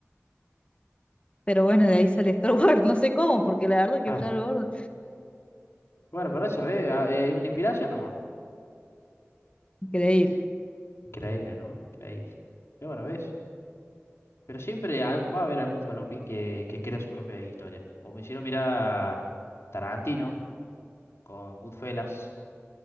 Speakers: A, on the left (about 25°); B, on the left (about 65°).
A: Pero bueno, de ahí sale Star Wars, <laughs> no sé cómo, porque la verdad que
B: Claro.
A: Star Wars,
B: Bueno, por eso, ¿ves? Ah, eh, una inspiración nomás.
A: increíble,
B: Increíble, ¿no? Increíble. Pero bueno, ¿ves? Pero siempre al- va a haber algún falopín que, que crea su propia historia. O me hicieron mirar Tarantino con Goodfellas.